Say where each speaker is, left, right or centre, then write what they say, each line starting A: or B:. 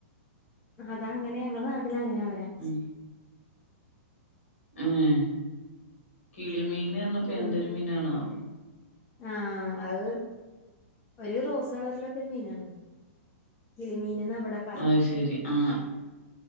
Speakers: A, on the left (about 25°); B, on the left (about 70°).
A: അതങ്ങനെയാ ഞങ്ങളെ നാട്ടിലങ്ങനെ പറയാ
B: ഉം ഏഹ് കിളിമീൻ പറഞ്ഞപ്പോ
A: പിൻ
B: എന്തൊരു മീനാണാവോ?
A: ആഹ് അക് ഒരു റോസ് കളറിലൊക്കൊരു മീനാണ്. കിളിമീനന്നവടെ
B: അത് ശെരി ആഹ്